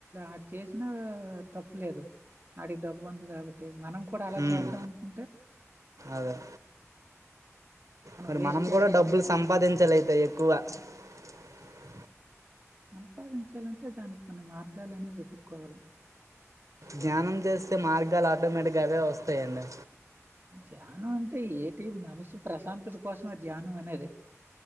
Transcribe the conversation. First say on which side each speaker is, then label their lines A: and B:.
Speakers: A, on the right (about 40°); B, on the right (about 80°).
A: ఆడు చేసినా తప్పులేదు ఆడికి డబ్బు ఉంది కాబట్టి మనం కూడా అలా
B: ఉమ్,
A: చేద్దాం అనుకుంటే
B: అదే మరి
A: వేస్ట్
B: మనం
A: చేసినట్టుగా
B: కూడా డబ్బులు సంపాదించాలైతేా ఎక్కువ <unintelligible>
A: సంపాదించాలంటే దానికి కొన్ని మార్గాలనే వెతుక్కోవాలి
B: ధ్యానం చేస్తే మార్గాలు ఆటోమేటిక్ గా అవే వస్తాయండి
A: ధ్యానం అంటే ఏటి మనిషి ప్రశాంతత కోసమే ధ్యానం అనేది